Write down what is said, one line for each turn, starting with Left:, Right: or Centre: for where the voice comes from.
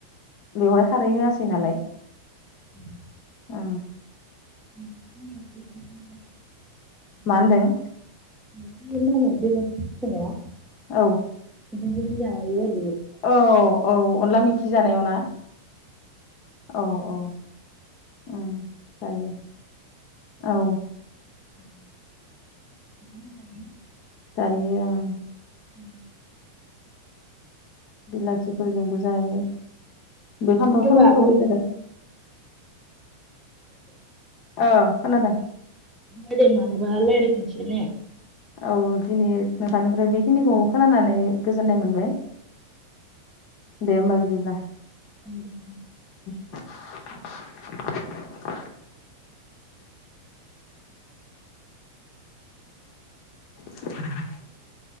Left: बेवहाय खारै होआसै नालाय।
Right: ओम,
Left: औ,
Right: <unintelligible>
Left: मा होनदों
Right: <unintelligible>
Left: औ,
Right: बिदिबो जायो आरो
Left: औ, औ अनला मैखि जानायाव ना? औ औ औ जायो। औ,
Right: ओम बिदिनो जायो।
Left: दायो आं
Right: ओम,
Left: बिलाथिफोरजोंबो जायो बे फान्थाव
Right: होमबा
Left: टमेट'
Right: आब'
Left: फोरजोंबो ओ खोनादों
Right: ऐ मालाबा रायलायफिनसैने।
Left: औ दिनै नोंथांनिफ्राय बेखिनिखौ खोनानानै गोजोननाय मोनबाय दे होमबा बिदिब्ला
Right: <inaudible>
Left: <inaudible> <inaudible>